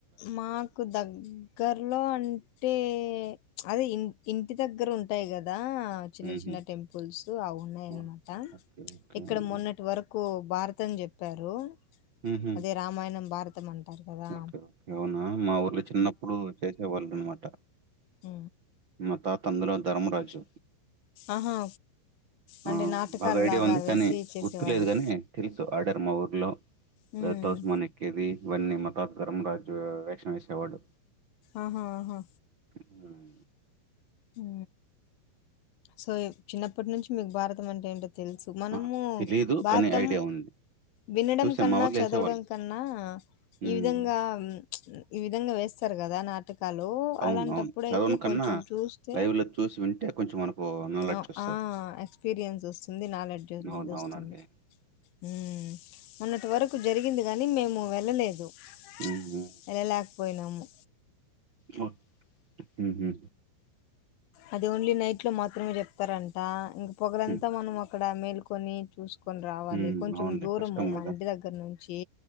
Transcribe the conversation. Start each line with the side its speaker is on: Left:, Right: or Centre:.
Left: మాకు దగ్గరలో అంటే అదే ఈ ఇంటి దగ్గర ఉంటాయి కదా ఆ చిన్న
Right: హుహు.
Left: చిన్న టెంపుల్స్ అ ఉన్నాయ అన్నమాట
Right: ఓహ్! ఓకే. ఓకే
Left: ఇక్కడ
Right: అండి.
Left: మొన్నటి వరకు భారతం చెప్పారు
Right: హుహు.
Left: అదే రామాయణం భారతం అంట తరు గదా
Right: ఓకే. ఓకే. అవునా మా ఊర్లో చిన్నప్పుడు చేసేవాళ్ళు అనమాట
Left: ఉ
Right: మా తాత అందులో ధర్మరాజు
Left: ఆహా!
Right: ఆ
Left: అంటే నాటకాల్లాగా
Right: బాగా ఐడియా ఉంది
Left: వేసి
Right: కానీ
Left: చేసేవాళ్ళు.
Right: గుర్తులేదు గాని తెలుసు ఆర్డర్ మా ఊరు లో
Left: హ్మ్.
Right: <unintelligible> స్మాన్ ఎక్కేది వన్నె మ ప్రాగరం రాజు వేషం వేసేవాడు
Left: ఆహా ఆహా
Right: హ్మ్.
Left: ఊ సో చిన్నప్పటి నుంచి మీకు భారత తం అంటే ఏంటో తెలుసు మనము
Right: ఆ! తెలీదు
Left: భారతం
Right: కానీ ఐడియా ఉంది.
Left: వినడం
Right: చూసాం
Left: కన్నా
Right: మా ఊర్లో
Left: చదవడం
Right: ఏసేవాళ్ళు.
Left: కన్నా
Right: హ్మ్.
Left: ఈ విధంగా మ్మ్ ప్చ్ ఈ విధంగా వేస్సారు గదా నా టకాలు
Right: అవును.
Left: అలాంటప్పుడు
Right: అవును. చదవను
Left: అయితే
Right: కన్నా
Left: కొంచం చూస్ తె,
Right: లైవ్‌లో చూసి వింటే కొంచెం మనకు నాలెడ్జ్
Left: ఓ
Right: వస్తది.
Left: ఆ ఎక్స్పీరియన్స్ వస్సుంది నాలెడ్జొనేది
Right: అవును.
Left: వస్తుంది.
Right: అవునండి.
Left: హు మొన్నటి వరకు జరిగింది గాని మేము వెళ్ళలేదు. ప్చ్
Right: హుహు.
Left: ఎల్లలేకపొయ్ నాము.
Right: వ హుహు
Left: అది ఓన్లీ నైట్లో మాత్రమే జెప్తారంట ఇం ప్పొగరంతా
Right: హ్మ్.
Left: మనం ఒక్ క్కడ మేల్కొని చూస్ కొన్ రావాలి
Right: హ్మ్.
Left: కొంచెం
Right: అవునులే.
Left: దూరము
Right: కష్టం
Left: మా
Right: గదా!
Left: ఇంటి దగ్గర నుంచి,